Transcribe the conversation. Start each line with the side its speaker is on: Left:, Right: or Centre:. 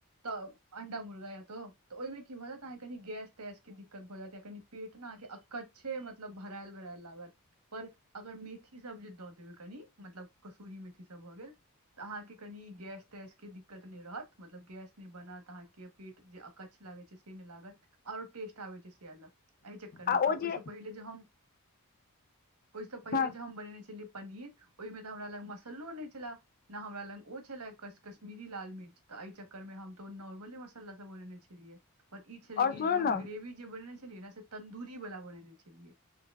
Right: तऽ अंडा मुर्गा या तऽ ओइ मे की भऽ जायत अहाँ के कनि गैस तैस के दिक्कत भऽ जायत या कनि पेट ना अहाँ के अकच्छे मतलब भरायल भरायल लागत। पर अगर मेथी सब जे दऽ देबय कनि मतलब कस्तूरी मेथी सब भऽ गेल। तऽ अहाँ के कनि गैस तैस के दिक्कत नै रहत मतलब गैस नै बनत अहाँ के। पेट जे अकच्छ लागे छैय से नै लागत आओर टेस्टजे आबय छैय से अलग। अइ चक्करमे
Left: आ ओ
Right: पर
Left: जे
Right: ओइ से पहिले जे हम ओइ से पहिले
Left: हँ
Right: जे हम बनेने छलियै पनीर ओइमे तऽ हमरा लग मसालो नै छला। नऽ हमरा लग ओ छैला क-कश्मीरी लाल मिर्च तऽ अइ चक्कर मे हम तऽ ओ नॉर्मले मसाला से बनेने छेलियै। पर इऽ छैय
Left: आओर
Right: कि
Left: सुनू
Right: जे हम
Left: ने
Right: ग्रेवी जे बनेने छेलिये ने से तन्दूरी बला बनेने छेलियै।